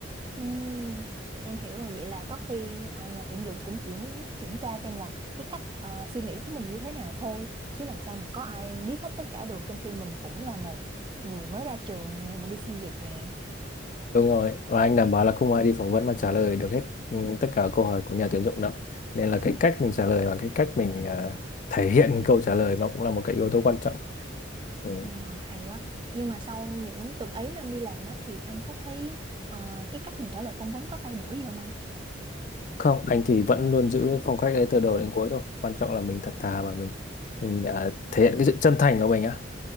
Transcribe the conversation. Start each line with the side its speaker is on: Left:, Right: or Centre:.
Right: Ừm, em hiểu rồi vậy là có khi ờ, nhà tuyển dụng cũng chỉ muốn kiểm tra xem là cái cách ờ, suy nghĩ của mình như thế nào thôi chứ làm sao mà có ai biết hết tất cả được trong khi mình cũng là một người mới ra trường nè mình đi xin việc nè
Left: Đúng rồi, và anh đảm bảo là không ai đi phỏng vấn mà trả lời được hết ừ, tất cả câu hỏi của nhà tuyển dụng đâu. Nên là cái cách mình trả lời và cái cách mình à, thể hiện câu trả lời nó cũng là một cái yếu tố quan trọng. Ừ.
Right: Ờ, hay quá nhưng mà sau những tuần ấy năm đi làm á thì anh có thấy ờ, cái cách mình trả lời phỏng vấn có thay đổi gì không anh?
Left: Không, anh thì vẫn luôn giữ phong cách đấy từ đầu đến cuối thôi. Quan trọng là mình thật thà và mình mình à, thể hiện cái sự chân thành của mình á.